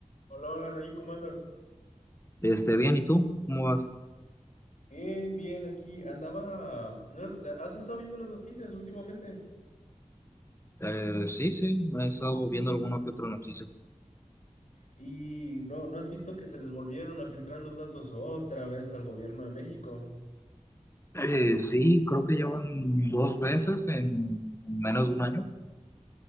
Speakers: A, on the left; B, on the left.
A: Hola, hola, Nain, ¿cómo andas?
B: Este, bien, ¿y tú? ¿Cómo vas?
A: Bien, bien, aquí andaba. ¿no? de- ¿Has estado viendo las noticias últimamente?
B: Eh, sí, sí, he estado viendo alguna que otra noticia.
A: Y no, ¿no has visto que se les volvieron a filtrar los datos otra vez al gobierno de México?
B: Eh, sí, creo que llevan dos veces en menos de un año.